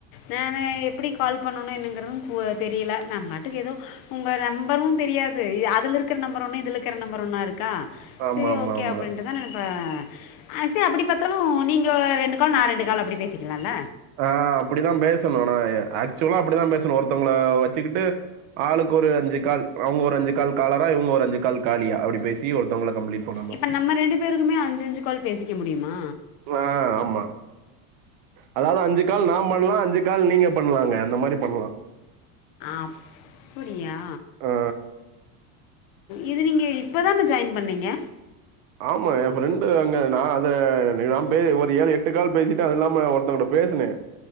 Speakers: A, on the left; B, on the right.
A: நானு எப்படி கால் பண்ணனு என்னங்கறதும் பு தெரியல நா பாட்டுக்கு ஏதோ உங்க நம்பரும் தெரியாது அதுல இருக்கற நம்பர் ஒண்ணு இதுல இருக்கற நம்பர் ஒண்ணா இருக்கு கா
B: ஆமா
A: சரி
B: ஆமா
A: ஓகே
B: ஆமா
A: அப்டின்டு என்னா நெனப்பாக ஆ சே அப்டி பாத்தாலு நீங்க ரெண்டு கால் நான் ரெண்டு கால் அப்பிடி பேசிக்கலால
B: ஆ அப்டிதா பேசணு நா ஏ ஆக்சுவலா அப்டிதா பேசணு ஒருத்தவுங்கள வச்சுக்கிட்டு ஆளுக்கு ஒரு அஞ்சு கால் அவுங்க ஒரு அஞ்சு கால் காலரா இவுங்க ஒரு அஞ்சு கால் காலியா அப்டி பேசி ஒருத்தவுங்கள கம்ப்ளீட் பண்ணணும்.
A: இப்ப நம்ம ரெண்டு பேருக்குமே அஞ்சு அஞ்சு கால் பேசிக்க முடியுமா
B: ஆ ஆமா அதாவது அஞ்சு கால் நா பண்லா அஞ்சு கால் நீங்க பண்லாங்க அந்த மாரி பண்லா
A: அப்புடியா
B: ஆ.
A: இது நீங்க இப்ப தானே ஜாயின்ட் பண்ணிங்க
B: ஆமா என் ஃப்ரெண்டு அங்க நா அத ஆமா ஏ ஃப்ரெண்டு அங்க நா அது நா பே ஒரு ஏழு எட்டு கால் பேசிட்டு அது இல்லாம ஒருத்தவ்ங்கிட்ட பேசுனே